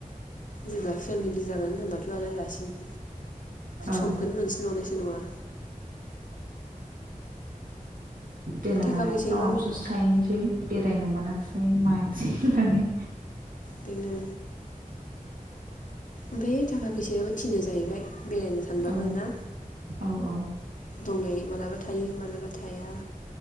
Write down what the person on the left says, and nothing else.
जेब्ला फेमिलि जागोन होनबाथ आरो रासिन
समखौनो मोनसिन बावनायसो नङा।
थाखा
फैसायाबो
बेनो ओमफ्राय थाखा फैसायाबो थिनो जाहैबाय। बेरायनो सानबाबो
ना।
दंनाय मालाबा थायो मालाबा थाया